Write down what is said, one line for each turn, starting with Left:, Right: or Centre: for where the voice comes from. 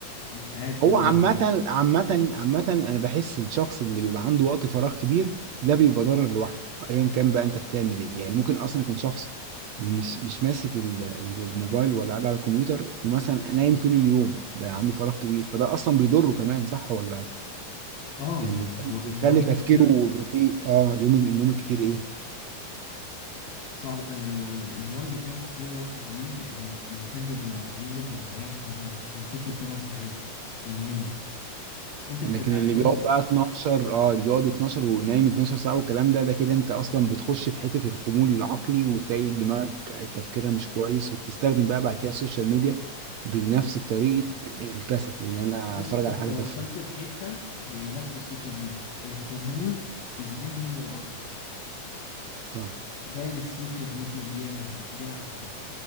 Left: مش عارف
Right: هو
Left: أقولها
Right: عامة
Left: إزاي
Right: عامة عامة انا بحس الشخص اللي بيبقى عنده وقت فراغ كبير ده بيبقى ضرر لوحده ايا كان بقى انت بتعمل ايه يعني ممكن اصلا يكون شخص مش مش ماسك ال- الموبايل ولا قاعد على الكمبيوتر ومثلا نايم طول اليوم ده عنده فراغ كبير فده اصلا بيضره كمان صح ولا
Left: آه
Right: يعني
Left: يعني
Right: بيخلي
Left: هو النوم
Right: بيخلي
Left: الكتير
Right: تفكيره بطيء اه اليوم النوم الكتير ايه
Left: صعب آه، إن هو ينام كتير وقت طويل يعني الإنسان بيبقى ليه مدة معينة في النوم من ست لتمن ساعات يوميا أنت بتتعداهم
Right: لكن اللي بيقعد بقى 12 اه اللي بيقعد 12 ونايم 12 ساعة والكلام ده ده كده انت اصلا بتخش في حتة الخمول العقلي وتلاقي دماغك تفكيرها مش كويس وبتستخدم بقى بعد كده السوشيال ميديا بنفس طريقة الكسل اللي انا
Left: بص
Right: اتفرج
Left: أنت
Right: على حاجة
Left: وصلت
Right: تافهة
Left: لحتة هي نفس السوشيال ميديا الخمول الذهني والعقلي
Right: صح
Left: جاي للسوشيال ميديا بيعمل ع- بيلعب عليه